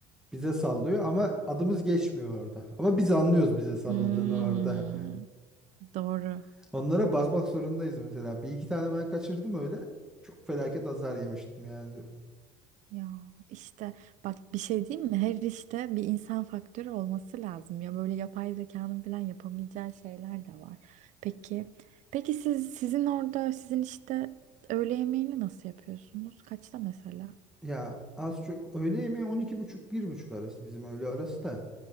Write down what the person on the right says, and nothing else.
Hmm,
doğru.
Ya işte bak bir şey diyeyim mi? Her işte bir insan faktörü olması lazım. Ya böyle yapay zekanın falan yapamayacağı şeyler de var. Peki, peki siz sizin orada sizin işte öğle yemeğini nasıl yapıyorsunuz? Kaçta mesela?